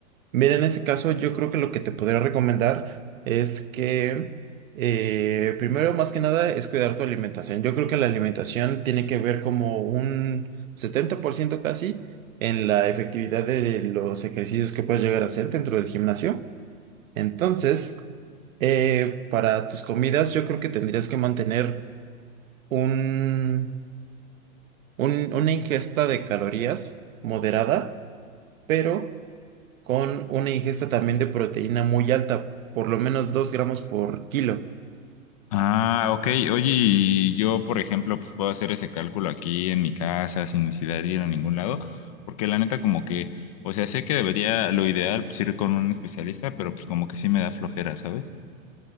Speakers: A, on the right (about 65°); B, on the left (about 25°).
A: Mira, en ese caso yo creo que lo que te podría recomendar es que eh, primero, más que nada, es cuidar tu alimentación. Yo creo que la alimentación tiene que ver como un 70% casi en la efectividad de los ejercicios que puedes llegar a hacer dentro del gimnasio. Entonces, eh, para tus comidas, yo creo que tendrías que mantener un, un- una ingesta de calorías moderada, pero con una ingesta también de proteína muy alta, por lo menos 2 gramos por kilo.
B: Ah, ok. Oye, y yo, por ejemplo, pues puedo hacer ese cálculo aquí en mi casa sin necesidad de ir a ningún lado, porque la neta como que, o sea, sé que debería, lo ideal, pues ir con un especialista, pero pues como que sí me da flojera, ¿sabes?